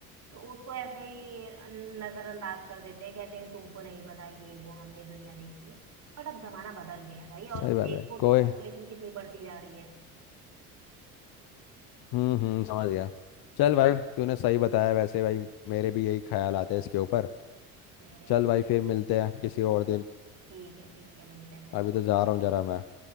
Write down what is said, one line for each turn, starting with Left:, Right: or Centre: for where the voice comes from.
Right: तो उसको ऐसे ही नजरअंदाज कर देते हैं कहते हैं तुमको नहीं पता ये वो हमने दुनिया देखी है बट अब जमाना बदल गया है भाई
Left: सही
Right: और
Left: बात
Right: देखो
Left: है कोई
Right: तो पॉपुलेशन कितनी बढ़ती जा रही है
Left: हम्म हम्म समझ गया चल
Right: हम्म,
Left: भाई तूने सही बताया वैसे भाई मेरे भी यही ख्याल आते हैं इसके ऊपर
Right: मेरे
Left: चल
Right: भी
Left: भाई फिर मिलते हैं किसी और दिन
Right: ठीक है ठीक है मिलते हैं फिर
Left: अभी तो जा रहा हूँ जरा मैं